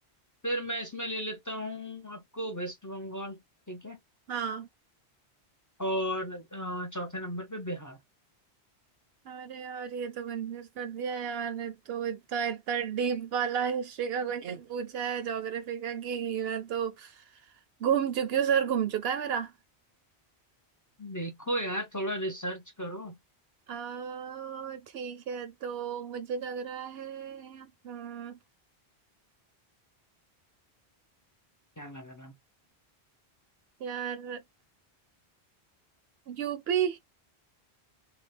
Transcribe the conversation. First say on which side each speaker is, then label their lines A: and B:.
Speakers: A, on the left (about 30°); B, on the right (about 70°).
A: फिर मैं इसमें ले लेता हूँ आपको वेस्ट बंगाल ठीक है
B: हाँ
A: और अ, चौथे नंबर पे बिहार
B: अरे यार ये तो कंफ्यूज कर दिया यार ये तो इतना इतना डीप वाला हिस्ट्री का क्वेश्चन पूछा है ज्योग्राफी का कि मैं तो घूम चुकी हूँ सर घूम चुका है मेरा
A: देखो यार थोड़ा रिसर्च करो
B: आ, ठीक है तो मुझे लग रहा है हम्म,
A: क्या लग रहा है?
B: यार यूपी